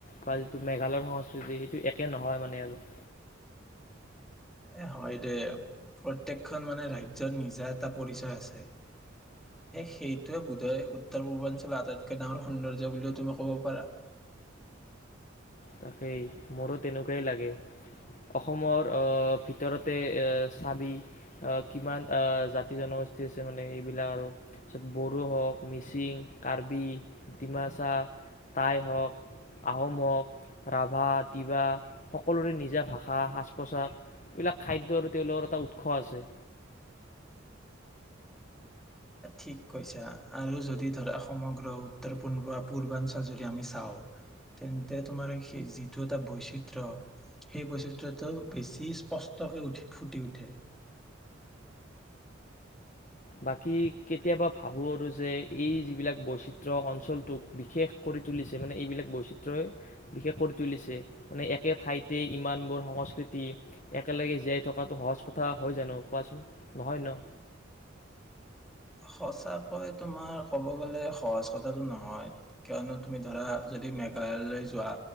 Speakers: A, on the left (about 40°); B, in the centre.
A: বা যিটো মেঘালয়ৰ - সংস্কৃতি সেইটো একে নহয় মানে আৰু, -
B: এ', হয় দে প্ৰত্যকখন মানে ৰাজ্যৰ নিজা এটা পৰিচয় আছে, সেইটোৱে বোধয় উত্তৰ পূৰ্বাঞ্চলৰ আটাইতকৈ ডাঙৰ সৌন্দৰ্য বুলিও তুমি কব পাৰা।
A: তাকেই মোৰো তেনেকুৱাই লাগে অসমৰ অ', ভিতৰতে এ চাবি কিমান জাতি জনগোষ্ঠী আছে মানে এইবিলাক আৰু তাৰ বড়ো হওক মিচিং -কাৰ্বি -ডিমাচা -টাই হওক, আহোম হওক, ৰাভা -তিৱা সকলোৰে নিজা ভাষা, সাজ- -পোছাক এইবিলাক খাদ্যৰ তেওঁলোকৰ এটা উৎস আছে।
B: ঠিক কৈছা আৰু যদি ধৰা সমগ্ৰ উত্তৰ পূ্ব পূৰ্বাঞ্চল যদি আমি চাওঁ তেন্তে তোমাৰ সেই যিটো এটা বৈচিত্ৰ সেই বৈচিত্ৰটো বেছি স্পষ্টকে উঠি ফুটি উঠে।
A: বাকী কেতিয়াবা ভাবোঁ আৰু যে, এই যিবিলাক বৈচিত্ৰ অঞ্চলটোক বিশেষ কৰি তুলিছে মানে এইবিলাক বৈচিত্ৰই বিশেষ কৰি তুলিছে। মানে একে ঠাইতে ইমানবোৰ সংস্কৃতি একেলগে জীয়াই থকাটো সহজ কথা হয় জানো কোৱাচোন, নহয় ন?
B: সচাকৈ তোমাৰ ক'ব গ'লে সহজ কথাটো নহয় কিয়নো তুমি ধৰা যদি মেঘালয় যোৱা